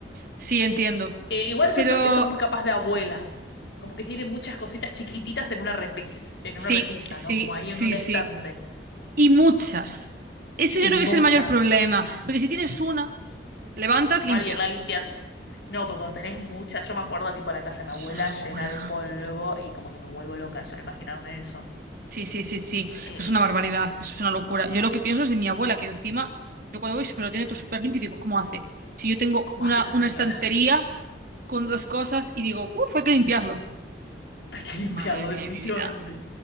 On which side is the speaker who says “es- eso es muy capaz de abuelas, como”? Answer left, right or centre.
Left